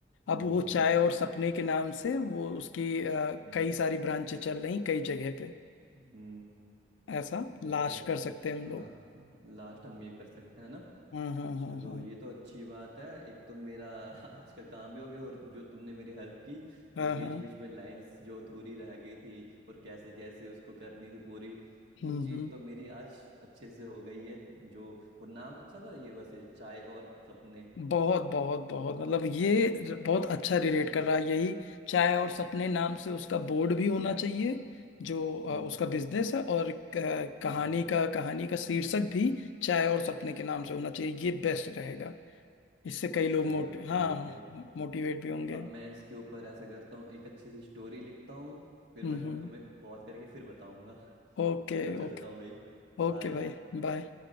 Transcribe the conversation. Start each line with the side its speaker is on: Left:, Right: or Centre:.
Right: हम्म
Left: अब वो चाय और सपने के नाम से वो उसकी अ,
Right: हम्म
Left: कई सारी ब्रांचें चल रही कई जगह पे
Right: हम्म,
Left: ऐसा
Right: ये
Left: लाश
Right: तो है
Left: कर सकते हैं हम
Right: हाँ
Left: लोग
Right: लास्ट हम ये कर सकते हैं ना
Left: हाँ हाँ हाँ
Right: चलो
Left: हाँ
Right: ये तो अच्छी बात है एक तो मेरा <laughs> आज का काम भी हो गया और जो तुमने मेरी हेल्प की
Left: हाँ
Right: जो बीच
Left: हाँ
Right: बीच में लाइंस जो अधूरी रह गई थी और कैसे कैसे उसको करनी थी पूरी वो
Left: हम्म
Right: चीज़
Left: हम्म
Right: तो मेरी आज अच्छे से हो गई है जो और नाम अच्छा था ये वैसे चाय और सपने
Left: बहुत बहुत बहुत मतलब ये बहुत अच्छा रिलेट
Right: हम्म
Left: कर रहा है यही चाय और सपने नाम से उसका बोर्ड
Right: हम्म
Left: भी होना चाहिए जो अ,
Right: हम्म
Left: उसका बिजनेस है और क- कहानी
Right: हाँ
Left: का कहानी का शीर्षक भी चाय और सपने के नाम से होना चाहिए ये बेस्ट रहेगा इससे कई लोग
Right: चलो
Left: मोट
Right: ठीक
Left: हाँ
Right: है
Left: मोटिवेट भी होंगे
Right: अब मैं इसके ऊपर ऐसा करता हूँ एक अच्छी सी स्टोरी लिखता हूँ फिर
Left: हम्म
Right: मैं फिर
Left: हम्म
Right: तुम्हें कॉल करके फिर बताऊंगा <laughs>
Left: ओके
Right: चलो चलता
Left: ओके
Right: हूँ भाई
Left: ओके
Right: बाय
Left: भाई बाय